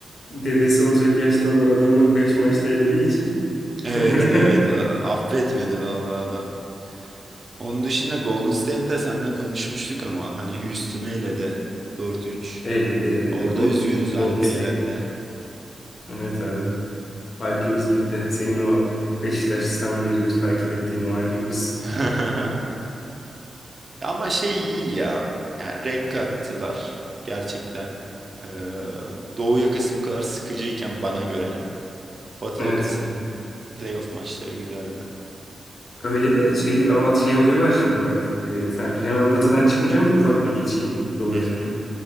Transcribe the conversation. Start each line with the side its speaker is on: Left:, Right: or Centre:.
Left: dedesi olacak yaşta olan adamı 5 maçta elediği için
Right: Evet,
Left: <laughs>
Right: evet. A- Affetmedi vallahi adam. Onun dışında Golden State'te seninle konuşmuştuk ama hani Houston'ı eledi dört üç
Left: eyledi eyledi.
Right: Orada
Left: Oğlum
Right: üzgünüz Alpi
Left: Golden State.
Right: elendi.
Left: Evet abi. Alp'imiz gitti. Senin o Beşiktaş'tan beridir takip ettiğin o Alp'imiz.
Right: <laughs> Ama şey iyi ya. Yani renk kattılar gerçekten. Ee, Doğu yakası bu kadar sıkıcıyken bana göre Batı
Left: Evet.
Right: yakasının playoff maçları güzeldi.
Left: Öyle de şey avant şey olayı var şimdi bak. Ee, sen bir, hemen batıdan çıkmayacağım da ufak bir geçeyim doğuya.
Right: Hı hı.